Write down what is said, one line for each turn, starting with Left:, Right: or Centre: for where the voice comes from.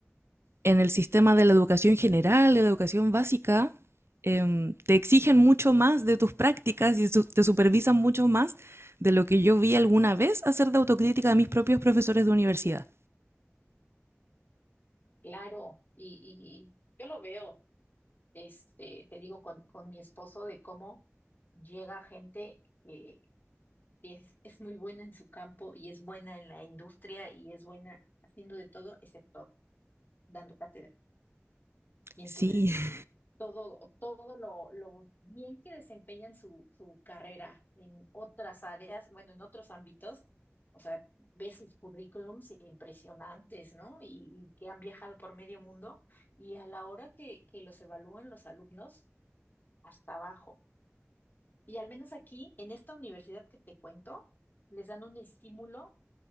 Right: en el sistema de la educación general, de la educación básica, eh, te exigen mucho más de tus prácticas y su- te supervisan mucho más de lo que yo vi alguna vez hacer de autocrítica de mis propios profesores de universidad.
Left: Claro, y, y yo lo veo, este, te digo, con, con mi esposo de cómo llega gente que, que es, es muy buena en su campo y es buena en la industria y es buena haciendo de todo excepto dando cátedra. Y
Right: Sí.
Left: entonces
Right: <laughs>
Left: todo, todo lo, lo bien que desempeñan su, su carrera en otras áreas, bueno, en otros ámbitos. O sea, ves sus currículums impresionantes, ¿no? Y, y que han viajado por medio mundo y a la hora que, que los evalúan los alumnos, hasta abajo. Y al menos aquí, en esta universidad que te cuento, les dan un estímulo